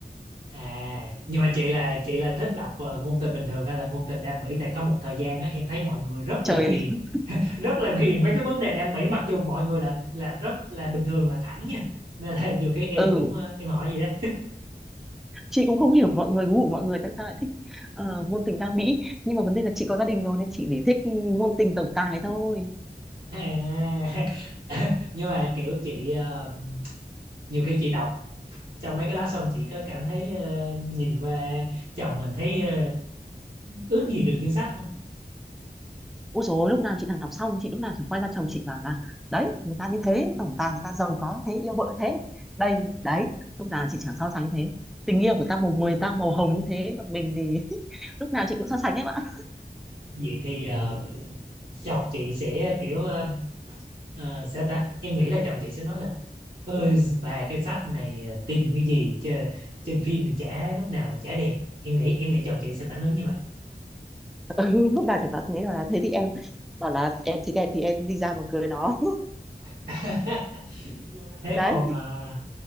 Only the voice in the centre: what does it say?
Trời,
ơi.
<laughs>
ừ.
chị cũng không hiểu mọi người gu của mọi người tại sao lại thích ờ, ngôn tình ca mỹ nhưng mà vấn đề là chị có gia đình rồi nên chị để thích ngôn tình tổng tài thôi
ôi dồi ôi, lúc nào chị thằng đọc xong chị lúc nào chẳng quay ra chồng chị bảo là đấy người ta như thế tổng tài người ta giàu có thế yêu vợ thế đây đấy lúc nào chị chẳng so sánh thế tình yêu của ta màu mười ta màu hồng như thế còn mình thì <laughs> lúc nào chị cũng so sánh em ạ
ừ, lúc nào chẳng nói thế bảo là thế thì em bảo là em thì đẹp thì em đi ra mà cưới nó
<laughs> đấy